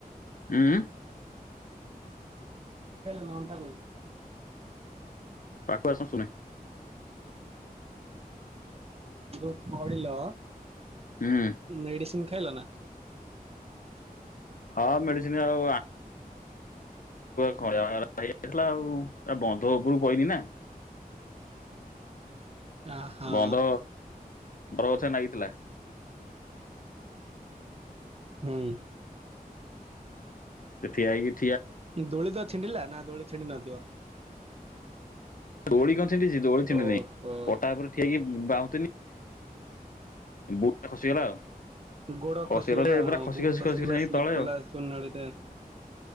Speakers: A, on the left; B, on the right.
A: ହଁ
B: ଲ ଖ ନଟା
A: ପାଖକୁ ଆସ ଶୁଣେ
B: ୁ ପଡ଼ିଲ
A: ହୁଁ
B: ମେଡିସି ଖାଇଲନା,
A: ହଁ ମେଡିସିନ ଆଉ ଖ <inaudible> ାଇଥିଲା ଆଉ ଏ ବନ୍ଧ ଉପରୁକୁ କହିହନି ନା
B: ଆହା
A: ବନ୍ଦ ବରଗଛ ନାଗିଥିଲା।
B: ହହୁଁ
A: ତ ଠି ଆଇକି
B: ଦୋଳି ତ ଛିଣ୍ଡିଲା ନା ଦୋଳି ଛିଡି ନଥିବ।
A: ଦୋଳି କ ଣ୍ଡିଛି ଦୋଳି ଣ୍ଡି
B: ଓହୋ
A: ନାହିଁ ପଟା ଉପରେ ଠଆହେଇକି ଁ ବାହୁତିନି ବୁଟ ଖସିଗଲା ଆଉ।
B: ଗୋଡ
A: ଖସିଗଲା ଯେ ପୁରା
B: ହଁ
A: ଖସି
B: ବୁଟ
A: ଖସି
B: ଖସିଗଲା
A: ଖସି ଖସି ଯାଇକି
B: ସ୍ଲିପ
A: ତଳେ
B: କଲା
A: ଆଉ
B: ଚୂନାଳିରେ।